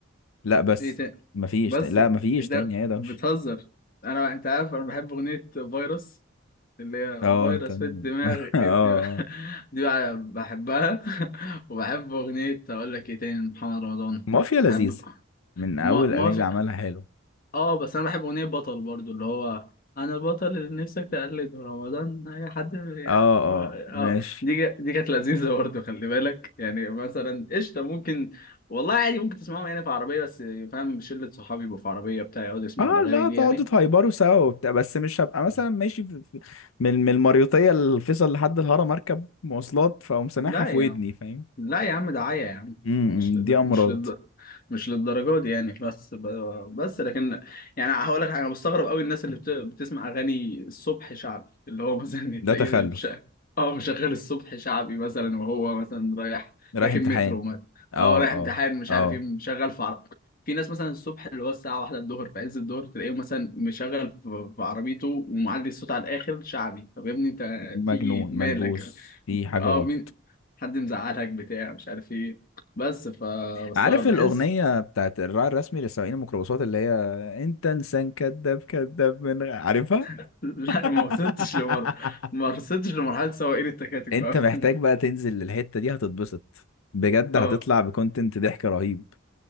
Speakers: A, on the left; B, on the left.
A: لا بس
B: ايه تاني
A: مفيش
B: بس
A: تاني. لا مفيش
B: ده
A: تاني هي دوشه
B: بتهزر انا انت عارف انا بحب اغنيه فيروس اللي هي
A: اه
B: فيروس
A: انت <laughs> اه
B: في الدماغ
A: آه.
B: ابني <laughs> دي بقى بحبها <laughs> وبحب اغنيه اقول لك ايه تاني محمد رمضان
A: مافيا لذيذ
B: بحب
A: من اول
B: ما
A: الاغاني
B: ما في
A: اللي عملها حلو
B: اه بس انا بحب اغنيه بطل برضو اللي هو انا البطل اللي نفسك تقلد من رمضان اي حد بي-
A: اه اه
B: اه
A: ماشي
B: دي جا- دي كانت لذيذه برضو خلي بالك يعني مثلا قشطه ممكن والله عادي ممكن تسمعهم يعني في عربيه بس فاهم شله صحابي يبقوا في عربيه بتاع يقعدوا يسمعوا
A: اه
B: الاغاني
A: لا
B: دي
A: تقعدوا
B: يعني
A: تهايبروا سوا وبتاع بس مش هبقى مثلا
B: <laughs>
A: ماشي في في- من من المريوطية الفيصل لحد الهرم اركب مواصلات فاقوم سامعها
B: لا
A: في
B: يعني
A: ودني فاهم
B: لا يا عم دعاية يا عم
A: امم
B: مش لد...
A: دي امراض
B: مش لد... مش للدرجة دي يعني بس ب... بس لكن يعني هقول لك حاجة، انا مستغرب قوي الناس اللي بت... بتسمع اغاني الصبح شعبي اللي هو مثلا تلاقيه
A: ده تخلف
B: مش... اه مشغل الصبح شعبي مثلا وهو مثلا رايح
A: رايح
B: راكب
A: امتحان
B: مترو مثلا
A: اه
B: اه رايح
A: اه
B: امتحان مش
A: اه
B: عارف ايه مشغل في عرب في ناس مثلا الصبح اللي هو الساعة واحدة الظهر في عز الظهر تلاقيه مثلا مشغل في في عربيته ومعلي الصوت على الآخر شعبي طب يا ابني انت
A: مجنون
B: في ايه مالك
A: ملبوس في حاجة
B: اه
A: غلط
B: مين حد مزعلك بتاع مش عارف ايه بس فبستغرب
A: عارف الأغنية
B: بحس
A: بتاعت الراعي الرسمي لسواقين الميكروباصات اللي هي انت انسان كذاب كذاب من غ- عارفها
B: <laughs> لا
A: <laughs>
B: ما وصلتش لمر ما وصلتش لمرحلة سواقين التكاتك
A: انت
B: بقى <laughs>
A: محتاج
B: هنا
A: بقى تنزل للحتة دي هتتبسط بجد
B: اه
A: هتطلع بكونتنت ضحك رهيب